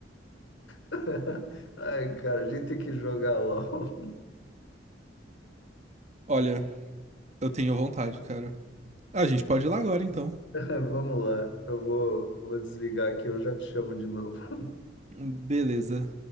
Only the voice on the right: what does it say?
Olha, eu tenho vontade, cara. Ah, A gente pode ir lá agora, então.
Beleza.